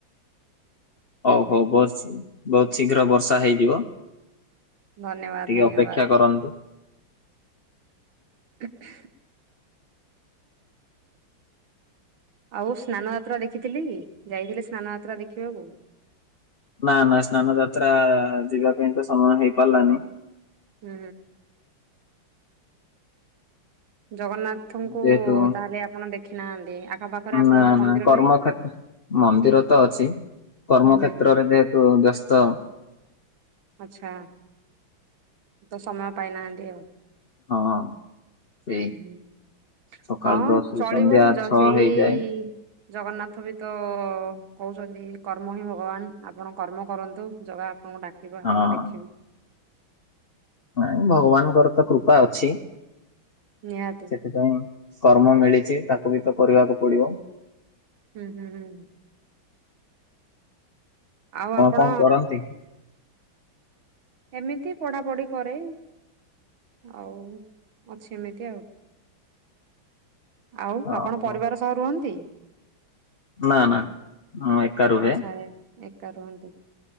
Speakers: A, on the left; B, on the right.
A: ହଉ ହଉ ବସ, ବହୁତ ଶୀଘ୍ର ବର୍ଷା ହେଇଯିବ।
B: ଧନ୍ୟବାଦ
A: ଟିକେ
B: ଧନ୍ୟବାଦ
A: ଅପେକ୍ଷା କରନ୍ତୁ।
B: <unintelligible> ଆଉ ସ୍ନାନ ଯାତ୍ରା ଦେଖିଥିଲି, ଯାଇଥିଲେ ସ୍ନାନ ଯାତ୍ରା ଦେଖିବାକୁ?
A: ନା ନା ସ୍ନାନ ଯାତ୍ରା ଯିବା ପାଇଁ ତ ସମୟ ହେଇପାରିଲାନି।
B: ହୁଁ। ଜଗନ୍ନାଥଙ୍କୁ
A: ଯେହେତୁ
B: ତାହେଲେ ଆପଣ ଦେଖି ନାହାନ୍ତି ଆଖପାଖରେ ଆପଣଙ୍କର
A: ନା
B: ମନ୍ଦିର
A: ନା କର୍ମକ୍ଷେତ୍ର
B: ନାହିଁ କି?
A: ମନ୍ଦିର ତ ଅଛି, କର୍ମକ୍ଷେତ୍ରରେ
B: ହୁଁ ହୁଁ ହୁଁ
A: ଯେହେତୁ ବ୍ୟସ୍ତ।
B: ଆଚ୍ଛା। ତ ସମୟ ପାଇନାହାନ୍ତି ଆଉ।
A: ହଁ ସେଇ।
B: ହୁଁ
A: ସକାଳ
B: ହଁ
A: ଦଶ ରୁ
B: ଚଳିବ
A: ସନ୍ଧ୍ୟା
B: <unintelligible>
A: ଛଅ ହେଇଯାଏ
B: ଜଗନ୍ନାଥ ବି ତ କହୁଛନ୍ତି କର୍ମ ହିଁ ଭଗବାନ ଆପଣ କର୍ମ କରନ୍ତୁ। ଜଗା ଆପଣଙ୍କୁ ଡାକିବ
A: ହଁ
B: ଆପଣ ଦେଖିବେ।
A: ନାଇଁ ଭଗବାନଙ୍କର ତ କୃପା ଅଛି
B: ନିହାତି
A: ସେଥିପାଇଁ। କର୍ମ ମିଳିଛି ତାକୁ ବି ତ କରିବାକୁ ପଡିବ।
B: ହୁଁ ହୁଁ ହୁଁ। ଆଉ ଆପଣ
A: କଣ କରନ୍ତି?
B: ଏମିତି ପଢାପଢି କରେ, ଆଉ ଅଛି ଏମିତି ଆଉ। ଆଉ
A: ଓହୋ
B: ଆପଣ ପରିବାର ସହ ରୁହନ୍ତି?
A: ନା ନା ମୁଁ ଏକା ରୁହେ।
B: ଆଚ୍ଛା ଏ ଏକା ରୁହନ୍ତି।